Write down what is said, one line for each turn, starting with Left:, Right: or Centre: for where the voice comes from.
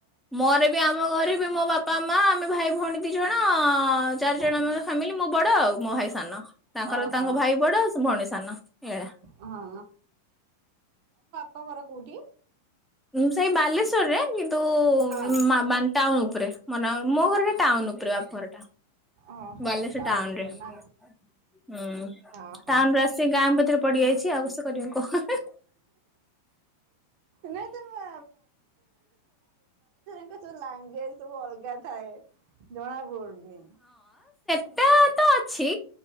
Centre: ମୋର ବି ଆମ ଘରେ ବି ମୋ ବାପା ମା ତମେ ଭାଇ ଭଉଣୀ ଦି ଜଣ ଚାରି
Right: ଓହୋ
Centre: ଜଣ ଆମର ଫ୍ୟାମିଲି ମୁଁ ବଡ ଆଉ ମୋ ଭାଇ ସାନ ତାଙ୍କର
Right: ଓହୋ
Centre: ତାଙ୍କ ଭାଇ ବଡ ଆଉ ଭଉଣୀ ସାନ ଏଇ ଭଳିଆ
Right: ହଁ ତମ ଘର କୋଉଠି?
Centre: ସେଇ ବାଲେଶ୍ଵରରେ କିନ୍ତୁ
Right: ହଁ
Centre: ମାନେ ଟାଉନ ଉପରେ ମନ ମୋ ଘର ଟେ ଟାଉନ ଉପରେ ବାପର ଟା
Right: ଓହୋ
Centre: ବାଲେଶଵର ଟାଉନ
Right: ଉପରେ
Centre: ରେ ହଁ
Right: ନା ଓହୋ
Centre: ଟାଉନ ର ଆସିି ଗାଁ ଭିତରେ ପଡିଯାଇଛି ଆଉ କରିବା କହଣ
Right: ନାଇଁ ତମେ ସ ଲାଙ୍ଗୁଏଜ ସବୁ ଅଲଗା ଥାଏ ଜଣାପଡ଼ମ
Centre: ଟା ତ ଅଛି